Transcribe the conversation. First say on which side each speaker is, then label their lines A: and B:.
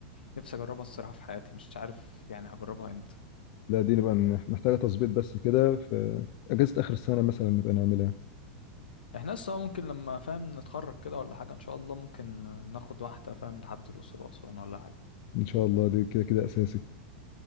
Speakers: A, on the left; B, on the left.
A: نفسي اجربها الصراحه في حياتي مش عارف يعني هجربها امتى
B: لا دي نبقى ن- محتاجة تظبيط بس كده في أجازة آخر السنة مثلا نبقى نعملها
A: احنا لسه ممكن لما فاهم نتخرج كده ولا حاجه ان شاء الله ممكن آه، ناخد واحده فاهم لحد الاقصر واسوان ولا حاجه
B: إن شاء الله دي كده كده أساسي